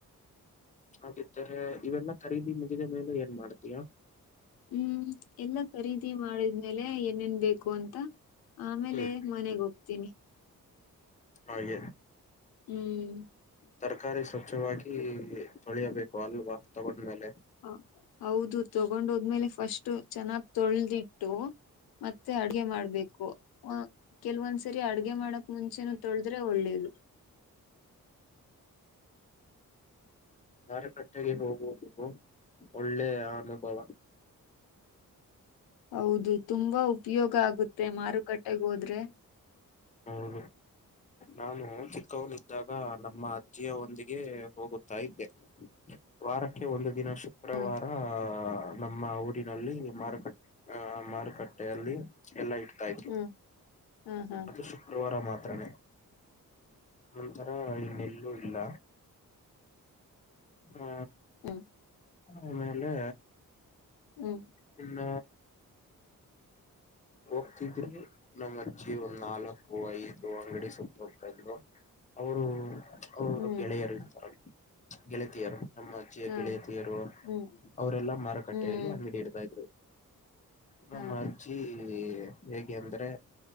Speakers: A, on the left; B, on the left.
A: ಹಾಗಿದ್ದರೆ ಇವೆಲ್ಲ ಖರೀದಿ ಮುಗಿದ ಮೇಲೆ ಏನ್ ಮಾಡ್ತೀಯಾ
B: ಹ್ಮ್ ಎಲ್ಲ ಖರೀದಿ ಮಾಡಿದ್ಮೇಲೆ ಏನೇನ್ ಬೇಕು ಅಂತ ಆಮೇಲೆ
A: ಹ್ಮ್
B: ಮನೆಗ್ ಹೋಗ್ತೀನಿ
A: ಹಾಗೆ
B: ಹ್ಮ್
A: ತರಕಾರಿ ಸ್ವಚ್ಛವಾಗಿ ತೊಳಿಯಬೇಕು ಅಲ್ವಾ ತಗೊಂಡ್ಮೇಲೆ
B: ಹ ಹೌದು ತಗೊಂಡೋದ್ಮೇಲೆ ಫಸ್ಟ್ ಚೆನ್ನಾಗ್ ತೊಳೆ್ದಿಟ್ಟು ಮತ್ತೆ ಅಡಗೆ ಮಾಡ್ಬೇಕು ಹ್ ಕೆಲವೊಂದ್ಸರಿ ಅಡ್ಗೆ ಮಾಡಕ್ ಮುಂಚೆನು ತೊಳದ್ರೆ ಒಳ್ಳೇದು
A: ಮರುಕಟ್ಟೆಗೆ ಹೋಗುವುದು ಒಳ್ಳೆ ಅನುಭವ
B: ಹೌದು ತುಂಬಾ ಉಪಯೋಗ ಆಗುತ್ತೆ ಮಾರುಕಟ್ಟೆಗೆ ಹೋದ್ರೆ
A: ಹ ನಾನು ಚಿಕ್ಕವನ್ದಾಗ ನಮ್ಮ ಅಜ್ಜಿಯ ಒಂದಿಗೆ ಹೋಗುತ್ತಾ ಇದ್ದೆ ವಾರಕ್ಕೆ ಒಂದು ದಿನಷ್ಟು
B: ಹಾ
A: ಆಹ ನಮ್ಮ ಊರಿನಲ್ಲಿ ಮಾರುಕಟ್ಟೆ ಆ ಮಾರುಕಟ್ಟೆಯಲ್ಲಿ ಎಲ್ಲ ಇಡ್ತಾ ಇದ್ರು
B: ಹ್ಮ್ ಹಾ ಹಾ
A: ಅದು ಶುಕ್ರವಾರ ಮಾತ್ರನೇ ಒಂತರ ಇನ್ನೆಲ್ಲೂ ಇಲ್ಲ ಆ
B: ಹ್ಮ
A: ಆಮೇಲೆ
B: ಹ್ಮ್
A: ಹನ್ನ ಹೋಗ್ತಿದ್ರರು ನಮ್ಮ್ ಅಜ್ಜಿ ಒಂದ್ ನಾಲ್ಕು ಐದು ಅಂಗಡಿ ಸುತ್ತ ಹೋಗ್ತಾ ಇದ್ರು ಅವರು ಅವರು
B: ಹ್ಮ್
A: ಗೆಳೆಯರು ಇರ್ತಾರೆ ಗೆಳತಿಯರು ನಮ್ಮ ಅಜ್ಜಿಯ
B: ಹಾ
A: ಗೆಳೆಯತಿಯರು
B: ಹ್ಮ್
A: ಅವರೆಲ್ಲ ಮಾರುಕಟ್ಟೆಯಲ್ಲಿ
B: ಹ್ಮ್
A: ಅಂಗಡಿ ಹಿಡ್ದ ಇದ್ರು ನಮ್ಮ
B: ಹಾ
A: ಅಜ್ಜಿ ಹೇಗೆ ಅಂದ್ರೆ